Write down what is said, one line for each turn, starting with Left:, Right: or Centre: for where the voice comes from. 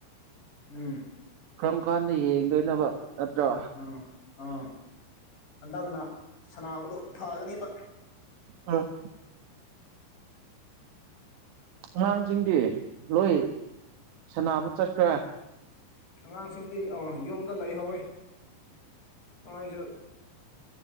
Left: ꯎꯝ
Right: ꯀꯔꯝ ꯀꯥꯟꯗ ꯌꯦꯡꯗꯣꯏꯅꯕ ꯅꯠꯇ꯭ꯔꯣ
Left: ꯑꯥ ꯑꯥ ꯍꯟꯗꯛꯅ ꯁꯥꯅꯕꯗꯣ ꯐꯒꯅꯤꯕ
Right: ꯑ ꯑꯉꯥꯡꯁꯤꯡꯗꯤ ꯂꯣꯏ ꯁꯅꯕ ꯆꯠꯈ꯭ꯔ
Left: ꯑꯉꯥꯡꯁꯤꯡꯗꯤ ꯑ ꯌꯨꯝꯗ ꯂꯩꯍꯧꯋꯤ ꯅꯣꯏꯁꯨ